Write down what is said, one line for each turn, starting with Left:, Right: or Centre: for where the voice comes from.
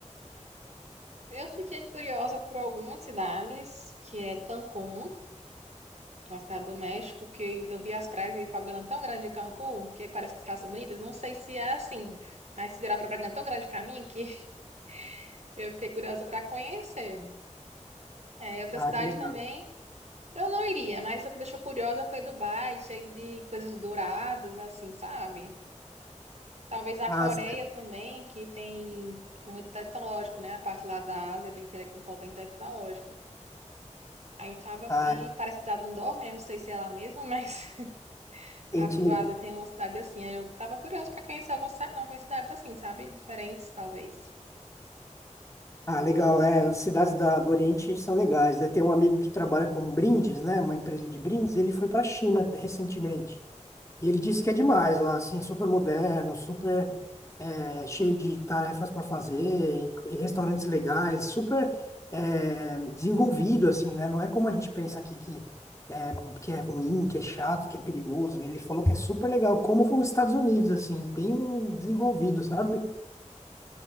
Right: eu fiquei curiosa por algumas cidades, que é Cancún, uma cidade do México, que eu vi as praias e propaganda tão grande de Cancún, que parece que as praias são bonitas. Não sei se é assim, mas se virar propaganda tão grande para mim que <laughs> eu fiquei curiosa para conhecer. É, outra
Left: Ah,
Right: cidade
Left: que legal.
Right: também. Eu não iria, mas o que deixou curiosa foi Dubai, cheio de coisas douradas, assim, sabe? Talvez a
Left: Ah,
Right: Coreia
Left: cida-
Right: também, que tem muito tecnológico, né? A parte lá da Ásia é bem, tec- um polo bem tecnológico. Aí eu tava,
Left: ah,
Right: e parece a cidade do Dome, né? Não sei se é lá mesmo, mas <laughs>
Left: gente,
Right: a pro Ásia tem uma cidade assim. Aí eu tava curiosa para conhecer algumas, ci- algumas cidades assim, sabe? Diferentes, talvez.
Left: ah, legal. É, as cidades da, do Oriente são legais, né? Tem um amigo que trabalha com brindes, né? Uma empresa de brindes. Ele foi para a China recentemente. E ele disse que é demais lá, assim, super moderno, super é, cheio de tarefas para fazer, em, em restaurantes legais, super é, desenvolvido, assim, né? Não é como a gente pensa aqui que é, que é ruim, que é chato, que é perigoso. Ele falou que é super legal, como foi os Estados Unidos, assim, bem desenvolvido, sabe?